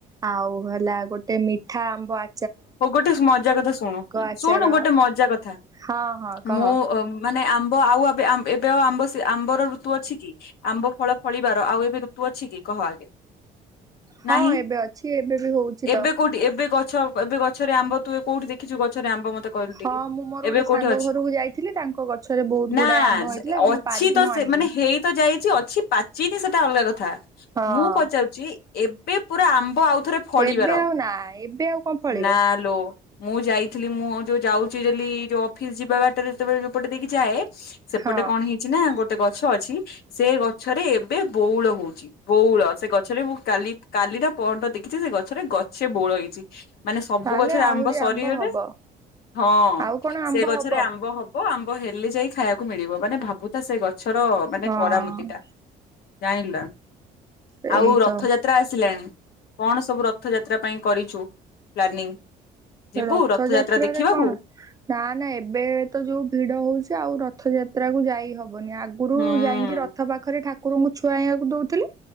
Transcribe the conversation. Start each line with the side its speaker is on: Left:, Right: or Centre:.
Right: ଆଉ ହେଲା ଗୋଟେ ମିଠା ଆମ୍ବ ଆ
Left: ହୋଉ ଗୋଟେ ମଜା କଥା ଶୁଣୁ
Right: ଆଚାର
Left: ଶୁଣୁ ଗୋଟେ ମଜା କଥା।
Right: ହଁ ହଁ କହ
Left: ମୁଁ ମାନେ ଆମ୍ବ ଆଉ ଏବେ ଏବେ ଆଉ ଆମ୍ବ ସେ ଆମ୍ବର ଋତୁ ଅଛି କି? ଆମ୍ବ ଫଳ ଫଳିବାର ଆଉ ଏବେ ଋତୁ ଅଛି କି କହ ଆଗେ?
Right: ହଁ
Left: ନାହିଁ
Right: ଏବେ ଅଛି ଏବେ ବି ହଉଛି ତ
Left: ଏବେ କୋଉଠି ଏବେ ଗଛ ଏବେ ଗଛରେ ଆମ୍ବ ତୁ ଏ କୋଉଠି ଦେଖିଛୁ ଗଛରେ ଆମ୍ବ ମତେ କହିଲୁ
Right: ହଁ
Left: ଟିକେ
Right: ମୁଁ ମୋର ଗୋଟେ
Left: ଏବେ କୋଉଠି
Right: ସାଙ୍ଗ
Left: ଅଛି?
Right: ଘରକୁ ଯାଇଥିଲି ତାଙ୍କ ଗଛରେ ବହୁତ
Left: ନା
Right: ଗୁଡାଏ ଆମ୍ବ ହେଇଥିଲା ସେଦିନ
Left: ଅଛି
Right: ପାରିକି
Left: ତ
Right: ମୁଁ
Left: ସେ
Right: ଆଣିଲି
Left: ମାନେ ହେଇ ତ ଯାଇଛି ଅଛି ପାଚିନି ସେଟା ଅଲ୍ଗା କଥା।
Right: ହଁ।
Left: ମୁଁ ପଚାରୁଚି ଏବେ ପୁରା ଆମ୍ବ ଆଉଥରେ ଫଳିବାର
Right: ଏବେ ଆଉ ନା ଏବେ ଆଉ କଣ ଫଳିବ
Left: ନା ଲୋ। ମୁଁ ଯାଇଥିଲି ମୁଁ ଯୋଉ ଯାଉଛି ଡେଲି ଯୋଉ ଅଫିସ୍ ଯିବା ବାଟରେ ଯେତେବେଳେ ଯୋଉପଟେ ଦେଇକି ଯାଏ ସେପଟେ
Right: ହଁ
Left: କଣ ହେଇଛି ନା ଗୋଟେ ଗଛ ଅଛି ସେ ଗଛରେ ଏବେ ବୋଉଳ ହୋଉଚି। ବୋଉଳ ସେ ଗଛରେ ମୁଁ କାଲି କାଲି ନା ପହରଦିନ ଦେଖିଥିଲି ସେ ଗଛରେ ଗଛେ ବୋଉଳ ହେଇଚି। ମାନେ ସବୁ
Right: ତାହେଲେ
Left: ଗଛରେ
Right: ଆହୁରି
Left: ଆମ୍ବ ସରିଗଲେ
Right: ହବ।
Left: ହଁ
Right: ଆଉ କଣ ଆମ୍ବ
Left: ସେ ଗଛରେ
Right: ହବ
Left: ଆମ୍ବ ହ ବ ଆମ୍ବ ହେଲେ ଯାଇ ଖାଇବାକୁ ମିଳିବ ମାନେ ଭାବୁଥା ସେ ଗଛର ମାନେ
Right: ହଁ
Left: କଡାମୁଦି ଟା। ଯାଣିଲୁ ନା
Right: ସେଇ
Left: ଆଉ
Right: ତ
Left: ରଥଯା ତ୍ରା ଆସିଲାଣି କଣ ସବୁ ରଥଯାତ୍ରା ପାଇଁ କରିଛୁ? ପ୍ଲାନିଂ। ଯିବୁ
Right: ରଥଯାତ୍ରାରେ
Left: ରଥଯାତ୍ରା ଦେଖିବାକୁ?
Right: କଣ ନା ନା ଏବେ ତ ଯୋଉ ଭିଡ ହୋଉଛି ଆଉ ରଥଯାତ୍ରା କୁ ଯାଇ ହବନି ଆଗ୍ ଗରୁ
Left: ହୁଁ
Right: ଯାଇଁକି ରଥ ପାଖରେ ଠାକୁରଙ୍କୁ ଛୁଆଇବାକୁ ଦୋଉଥିଲେ।